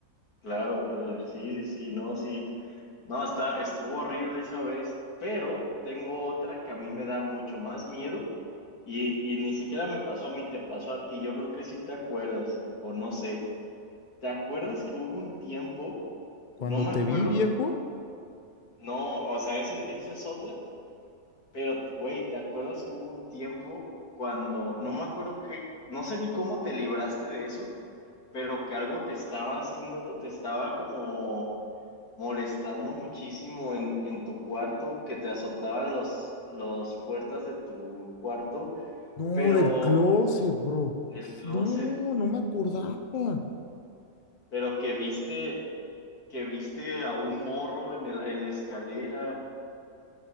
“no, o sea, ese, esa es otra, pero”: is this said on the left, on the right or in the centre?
Left